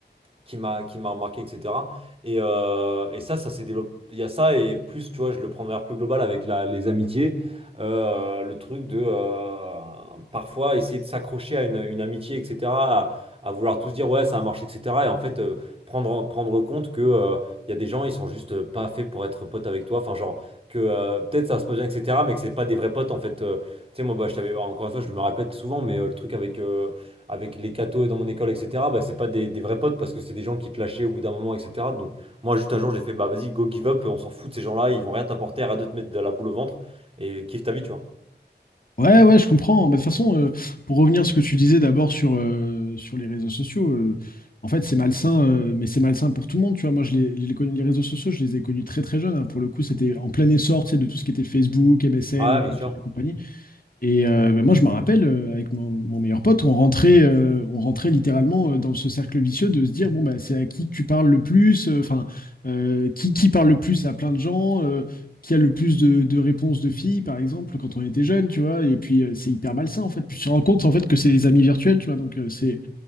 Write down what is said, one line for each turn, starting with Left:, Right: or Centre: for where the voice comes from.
Right: qui m'a qui m'a marqué, etc. Et, euh, et ça, ça s'est développé. Il y a ça, et plus, tu vois, je le prends de manière plus globale avec la, les amitiés. Euh, le truc de euh, parfois essayer de s'accrocher à une, une amitié, etc. À, à vouloir tous dire, ouais, ça a marché, etc. Et en fait, euh, prendre, prendre compte que euh, il y a des gens, ils sont juste euh, pas faits pour être potes avec toi. Enfin, genre, que euh, peut-être ça se passe bien, etc. Mais que c'est pas des vrais potes, en fait. Euh, tu sais, moi, bah, je t'avais, encore une fois, je me répète souvent, mais euh, le truc avec. euh, avec les cathos dans mon école, etc., bah, c'est pas des, des vrais potes parce que c'est des gens qui te lâchaient au bout d'un moment, etc. Donc, moi, juste un jour, j'ai fait, bah vas-y, go give up, on s'en fout de ces gens-là, ils vont rien t'apporter, arrête de te mettre de la boule au ventre et kiffe ta vie, tu vois.
Left: Ouais, ouais, je comprends. Bah, de toute façon, euh, pour revenir à ce que tu disais d'abord sur, euh, sur les réseaux sociaux, euh, en fait, c'est malsain, euh, mais c'est malsain pour tout le monde. Tu vois, moi, je les, je les connais- les réseaux sociaux, je les ai connus très, très jeunes. hein. Pour le coup, c'était en plein essor, tu sais, de tout ce qui était Facebook, MSN
Right: Ouais,
Left: et,
Right: bien sûr.
Left: et tout- et compagnie. Et euh, bah, moi, je me rappelle, euh, avec mon, mon meilleur pote, on rentrait, euh, on rentrait littéralement euh, dans ce cercle vicieux de se dire, bon, bah, c'est à qui tu parles le plus, euh, enfin, euh, qui, qui parle le plus à plein de gens, euh, qui a le plus de, de réponses de filles, par exemple, quand on était jeune, tu vois, et puis euh, c'est hyper malsain, en fait. Puis tu te rends compte, en fait, que c'est des amis virtuels, tu vois, donc euh, c'est...